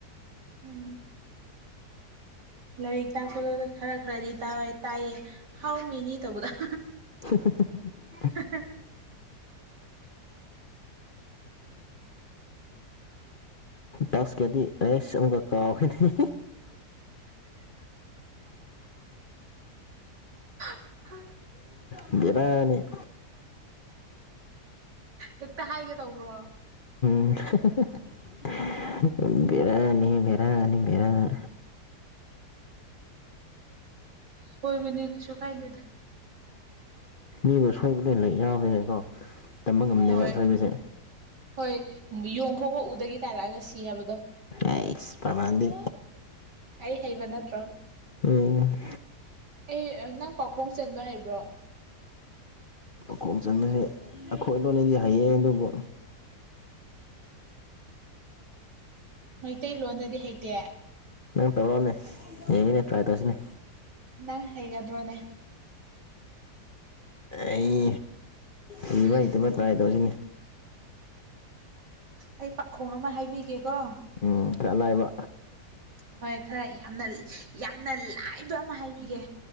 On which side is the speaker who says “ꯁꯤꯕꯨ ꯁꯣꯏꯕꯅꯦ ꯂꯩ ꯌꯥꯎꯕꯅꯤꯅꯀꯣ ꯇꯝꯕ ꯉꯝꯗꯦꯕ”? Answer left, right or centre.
Left